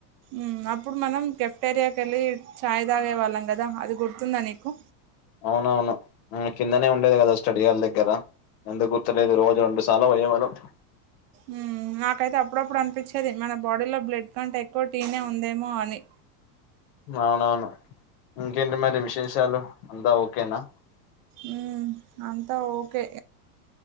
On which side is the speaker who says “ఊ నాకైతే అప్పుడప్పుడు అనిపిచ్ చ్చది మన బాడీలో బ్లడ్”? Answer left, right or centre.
Right